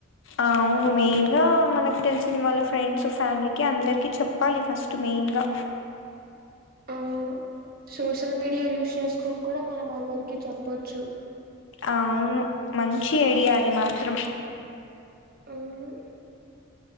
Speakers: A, on the left; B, on the right.
A: అవును మెయిన్ గా మనకు తెలిసిన వాళ్ళు ఫ్రెండ్స్ ఫ్యామిలీకి అందరికి చెప్పాలి ఫస్ట్ మెయిన్గా
B: అవును సోషల్ మీడియా యూస్ చేసుకొని కూడా మనం అందరికీ చెప్పొచ్ వచ్చు
A: అవును మంచి ఐడియా అది మాత్రం
B: అవును